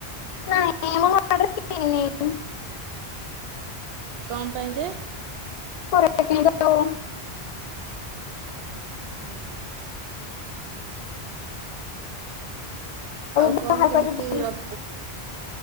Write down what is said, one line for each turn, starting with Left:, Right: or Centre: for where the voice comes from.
Left: ନାଇଁ ମୁଁ ନୂଆ ଡ୍ରେସ କିଣିନି
Right: କଣ ପାଇଁ ଯେ
Left: ପରେ ଦେଖି କିଣିବା ଆଉ।
Right: ହୁଁ ହୁଁ ଆଉ
Left: ବାହାରକୁ
Right: କଣ କେମିତି
Left: ଆଜି ବୁଲି-
Right: ର